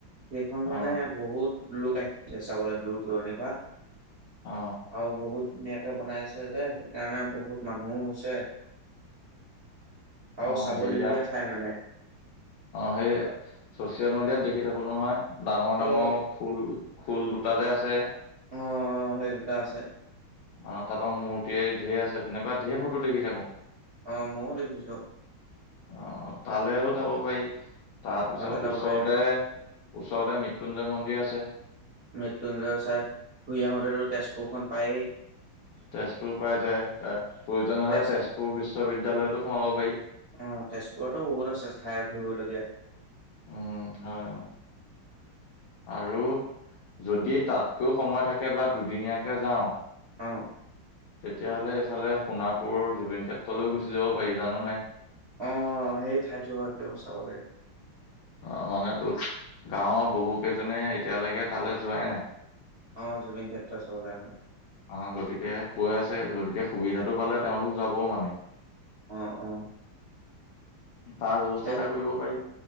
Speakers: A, on the right (about 60°); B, on the left (about 75°).
A: সেইখন
B: অ
A: মানে বহুত লোক <unintelligible> চাবলৈ দূৰ দূৰণিৰ পা।
B: অ
A: আৰু বহুত ধুনিয়াকে বনাই আছে যে, সেইকাৰণে বহুত মানুহো হৈছে। আৰু
B: অ',
A: চাবলগীয়া
B: হেইয়া
A: ঠাই মানে
B: হেই চচিয়েল মিডিয়াত দেখি থাকো নহয়। ডাঙৰ ডাঙৰ
A: অ',
B: খুল ফুল দুটা যে আছে
A: অ', অ', সেই দুটা আছে।
B: আহ, তাৰ পৰা মূৰ্তি ঢেৰ আছে, তেনেকুৱা ধেৰ ফটো দেখি থাকো।
A: অ' মইয়ো দেখিছো।
B: অ', তালেও যাব পাৰি। তাৰপিছত
A: তালৈ যাব
B: ওচৰতে
A: পাৰি অ',
B: ওচৰতে মৃত্যুঞ্জয় মন্দিৰ আছে।
A: মৃত্যুঞ্জয় চাই, ঘূৰি আহোঁতেটো তেজপুৰখন পায়েই।
B: তেজপুৰ পাই যায় ত' প্ৰয়োজন হ'লে
A: তেজ
B: তেজপুৰ বিশ্ববিদ্যায়লয়তো সোমাব পাৰি।
A: অ', তেজপুৰতো বহুত আছে ঠাই ফুৰিবলগীয়া।
B: উম, হয় আৰু যদি তাতকৈও সময় থাকে বা দুদিনীয়াকে যাওঁ
A: অ'
B: তেতিয়াহ'লে এইফালে সোণাপুৰৰ জুবিন ক্ষেত্ৰলৈও গুচি যাব পাৰি জাননে?
A: অ', সেই ঠাইতো এক চাব লাগে।
B: অ', মানে তোক গাঁৱৰ বহু কেইজনে এতিয়ালৈকে তালৈ যোৱাই নাই।
A: অ', জুবিন ক্ষেত্ৰ চাবলৈ <unintelligible>
B: অ', গতিকে কৈ আছে গতিকে সুবিধাটো পালে তেওঁলোক যাব মানে।
A: অ', অ'।
B: তাৰ ব্যৱস্থা
A: এ,
B: এটা কৰিব পাৰি।